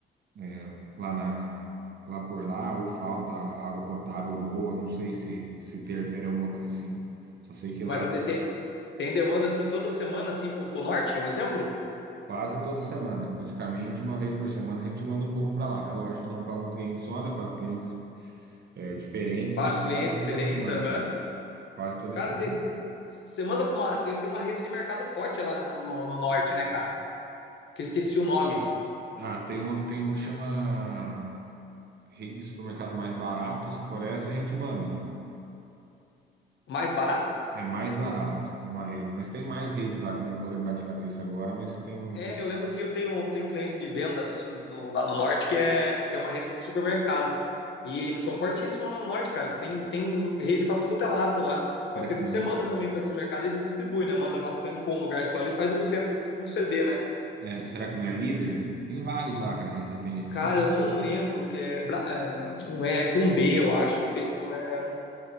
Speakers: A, on the right (about 55°); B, on the left (about 65°).
A: é, lá na, lá por lá, ou falta água potável boa, não sei se se interfere alguma coisa assim. Só sei que
B: Mas
A: lá é
B: a, tem, tem demanda, assim, toda semana, assim, pro, pro Norte, um exemplo?
A: quase toda semana, praticamente uma vez por semana, a gente manda um pouco para lá. É lógico, não para um cliente só, né? Para clientes é, diferentes,
B: Vários
A: mas
B: clientes
A: quase toda
B: diferentes,
A: semana.
B: aham.
A: Quase toda
B: Cara,
A: semana.
B: tem- tem- c- você manda pra uma. Tem, tem uma rede de mercado forte lá né, no, no- no norte, né, cara? Que eu esqueci o nome.
A: Ah, tem uma, tem uma que chama rede de supermercado mais barato. Se for essa, a gente manda.
B: Mais barato?
A: É mais barato uma rede. Mas tem mais redes lá que eu não vou lembrar de cabeça agora, mas que tem,
B: É,
A: tem...
B: eu lembro que eu tenho, tenho um cliente de venda, assim, no- lá no norte, que é, que é uma rede de supermercado. E eles são fortíssimos lá no norte, cara. Eles têm, têm rede pra tudo quanto é lado lá.
A: Será
B: Eu acredito
A: que não?
B: que você manda também pra esse mercado e distribui, né? Manda bastante pra um lugar só e faz um centro, tipo um CD, né?
A: É, é, será que não é líder? Tem vários lá, cara, que a gente atende. A
B: Cara, eu não
A: gente...
B: lembro que é. Bra- é, Não é com B, eu acho. B, não é. eu Não